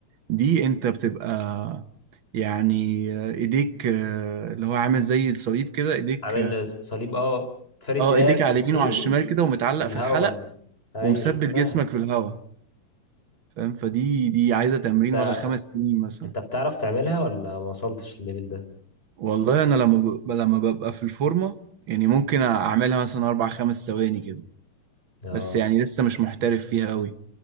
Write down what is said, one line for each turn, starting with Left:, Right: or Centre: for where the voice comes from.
Right: دي انت بتبقى يعني ايديك آه، اللي هو عامل زي الصليب كده ايديك
Left: عامل صليب اه فارد
Right: اه
Left: ايديك
Right: ايديك على
Left: الاتنين
Right: اليمين وعلى الشمال كده ومتعلق
Left: في الهوا
Right: في الحلق
Left: ايوه
Right: ومثبت
Left: شفتها
Right: جسمك في الهواء فاهم فدي دي عايزة تمرين
Left: انت
Right: ولا خمس سنين مثلا
Left: انت بتعرف تعملها ولا ما وصلتش الليفل ده
Right: والله انا لما ببقى لما ببقى في الفورمة يعني ممكن اعملها مثلا اربع خمس ثواني كده
Left: اه
Right: بس يعني لسه مش محترف فيها قوي